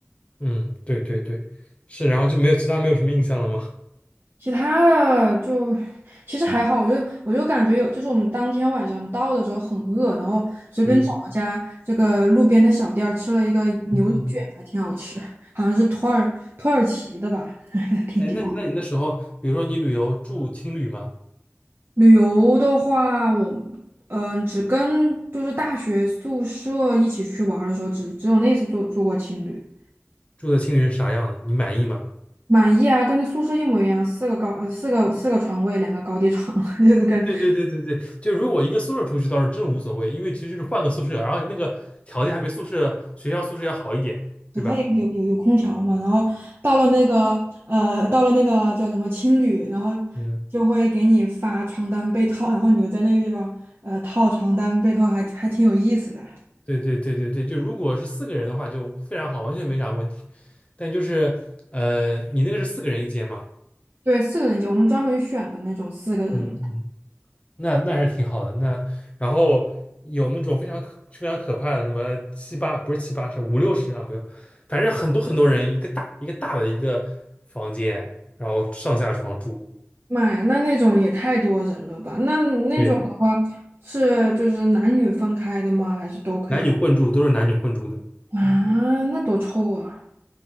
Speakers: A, on the left (about 25°); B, on the right (about 45°).
A: 嗯，对对对，是，然后就没有其他没有什么印象了吗？
B: 其他的就其实还好，我就我就感觉有，就是我们当天晚上到的时候很饿，然后随便找了家这个路边的小店儿吃了一个牛肉卷，
A: 嗯嗯，
B: 还挺好吃，好像是土耳土耳其的吧，<laughs> 挺挺。
A: 哎，那那你那时候，比如说你旅游住青旅吗？
B: 旅游的话，我嗯只跟就是大学宿舍一起去玩儿的时候，只只有那次住住过情侣，
A: 住的青旅是啥样的？你满意吗？
B: 满意啊，跟宿舍一模一样，四个高呃四个四个床位，两个高低床，<laughs> 就是跟
A: 对对对对对，就如果一个宿舍出去倒是真无所谓，因为其实就是换个宿舍，然后那个条件还比宿舍学校宿舍要好一点，对吧？
B: 它有有有有空调嘛，然后到了那个呃到了那个叫什么青旅，然后
A: 嗯
B: 就会给你发床单被套，然后你就在那个地方呃套床单被套还还挺有意思的。
A: 对对对对对，就如果是四个人的话，就非常好，完全没啥问题。但就是呃，你那个是四个人一间吗？
B: 对，四个人一间，我们专门选的那种四个人。
A: 嗯嗯，那那是挺好的。那然后有那种非常可非常可怕的，什么七八不是七八，是五六十啊，没有，反正很多很多人一个大一个大的一个房间，然后上下床住，
B: 妈呀，那那种也太多人了吧？那那种
A: 对，
B: 是就是男女分开的吗？还是都可以？
A: 男女混住都是男女混住的。
B: 啊，
A: 嗯
B: 那多臭啊！